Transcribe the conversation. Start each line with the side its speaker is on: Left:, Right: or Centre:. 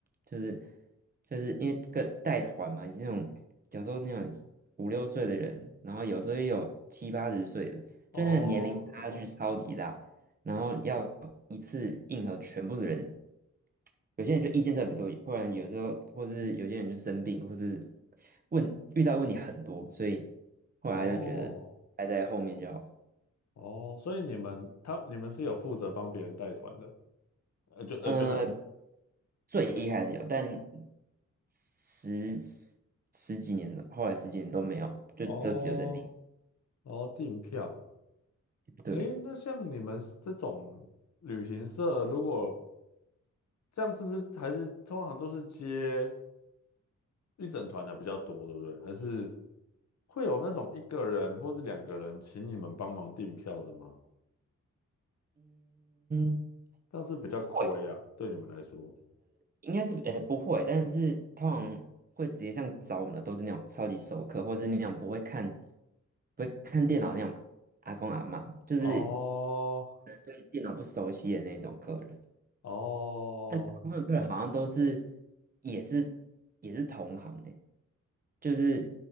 Right: 就是就是因为跟带团嘛，你那种有时候那种五六岁的人，然后有时候也有七八十岁的，就那个年龄差距哦超级大，
Left: 哦
Right: 然后要一次应和全部的人，有些人就意见特别多，不然有时候或是有些人就生病，或是问遇到问题很多，所以后来就觉得排在后面就好。
Left: 哦哦，所以你们他你们是有负责帮别人带团的，呃就呃就还
Right: 嗯、最一开始有，但十十十几年了，后来十几年都没有，就就只有在顶。
Left: 哦哦订票。
Right: 对，
Left: 诶，那像你们这种旅行社，如果这样是不是还是通常都是接一整团的比较多，对不对？还是会有那种一个人或是两个人请你们帮忙订票的吗？
Right: 嗯，
Left: 这样是比较亏啊，
Right: 会
Left: 对你们来说。
Right: 应该是呃不会，但是通常会直接这样找我们的都是那种超级熟客，或是那种不会看不会看电脑那种阿公阿嬷，就是。
Left: 哦
Right: 对电脑不熟悉的那种客人，
Left: 哦
Right: 大部分的客人好像都是也是也是同行诶、就是